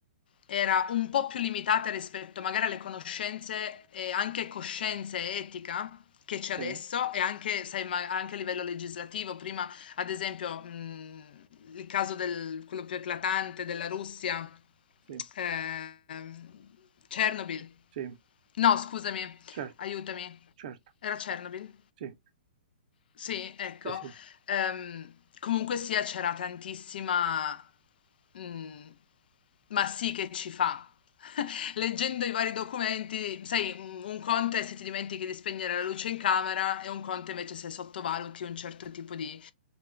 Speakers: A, on the left; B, on the right.
A: era un po' più limitata rispetto magari alle conoscenze e anche coscienza e etica che c'è
B: sì,
A: adesso e anche, sai, ma anche a livello legislativo. Prima ad esempio, mhmm, il caso del quello più eclatante della Russia,
B: sì,
A: ehm, Chernobyl.
B: sì,
A: No scusami,
B: certo,
A: aiutami,
B: certo,
A: era Chernobyl?
B: sì,
A: Sì, ecco.
B: sì, sì.
A: Ehm, comunque sia c'era tantissima... mm, ma sì che ci fa. <laughs> Leggendo i vari documenti, sai, un un conto è se ti dimentichi di spegnere la luce in camera e un conto invece se sottovaluti un certo tipo di,